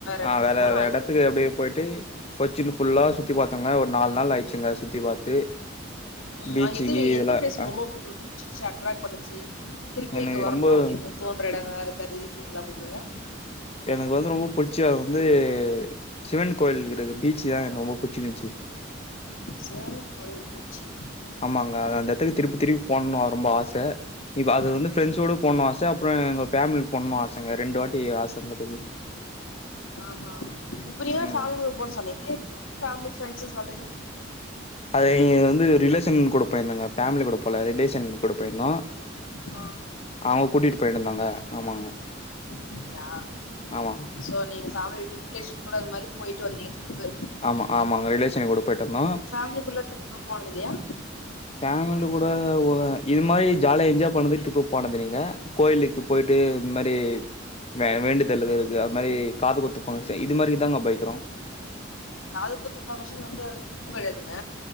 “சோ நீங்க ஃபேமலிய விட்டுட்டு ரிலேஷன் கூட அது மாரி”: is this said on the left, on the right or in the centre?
Left